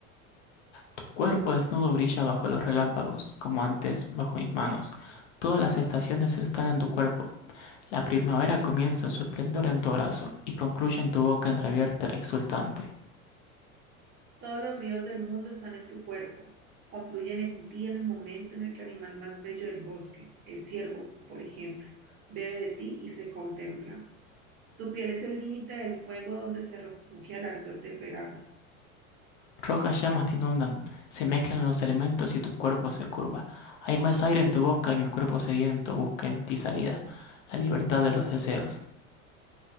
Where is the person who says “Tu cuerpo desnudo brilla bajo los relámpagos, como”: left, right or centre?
Left